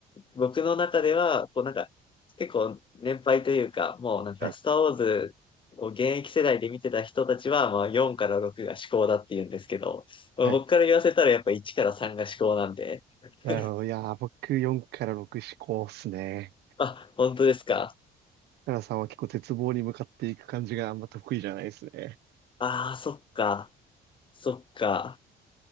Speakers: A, on the left; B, on the right.
A: 僕の中では、こうなんか、結構年配というか、もうなんか、
B: はい。
A: スターウォーズを現役世代で見てた人たちは、まあ4から6が至高だって言うんですけど、僕から言わせたらやっぱ1から3が至高なんで、
B: はい。
A: <laughs>
B: なるほど。いやー、僕4から6志向っすね。
A: あ、本当ですか。
B: カラさんは結構絶望に向かっていく感じがあんま得意じゃないですね。
A: ああ、そっか。そっか。